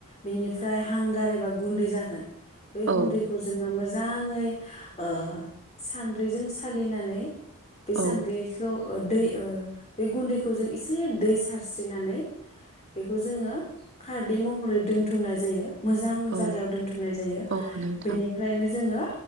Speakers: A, on the left; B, on the right.
A: बिनिफ्राय हांगार एबा गुन्दै जागोन बेै
B: औ
A: गुन्दैखौ जोंङो मोजाङै ओ सान्द्रिजों सालिनानै बे
B: औ
A: सान्द्रिखौ ओ दै ओ बे गुन्दैखौ जों एसे दै सारस्रिनानै बेखौ जोङो खारदै महरै दोनथुमनाय जायो मोजां
B: औ
A: जागायाव दोनथुमनाय जायो
B: औ नोंथां
A: बेनिफ्रायनो जोङो